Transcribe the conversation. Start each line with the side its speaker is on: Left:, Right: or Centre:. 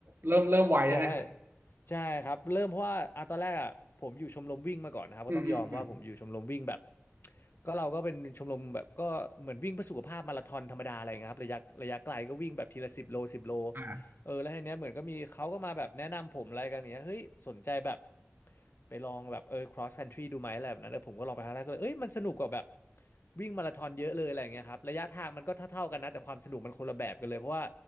Right: เริ่มเริ่มไวแล้วเนี่ย
Left: ใช่ใช่ครับเริ่มเพราะว่าอ่ะตอนแรกอ่ะผมอยู่ชมรมวิ่งมาก่อนนะครับก็ต้องยอมว่าผมอยู่ชมรมวิ่งแบบ
Right: อืมอืมอืม
Left: ก็เราก็เป็นชมรมแบบก็เหมือนวิ่งเพื่อสุขภาพมาราธอนธรรมดาอะไรอย่างเงี้ยครับระยะระยะไกลก็วิ่งแบบทีละสิบโลสิบโล
Right: อ่า
Left: เออแล้วทีเนี้ยเหมือนก็มีเขาก็มาแบบแนะนำผมอะไรกันอย่างเงี้ยเฮ้ยสนใจแบบไปลองแบบเออ cross country ดูไหมอะไรแบบนั้นเออผมก็ลองไปครั้งแรกก็เลยเอ้ยมันสนุกกว่าแบบวิ่งมาราธอนเยอะเลยอะไรอย่างเงี้ยครับระยะทางมันก็เท่าๆกันนะแต่ความสนุกมันคนละแบบกันเลยเพราะว่า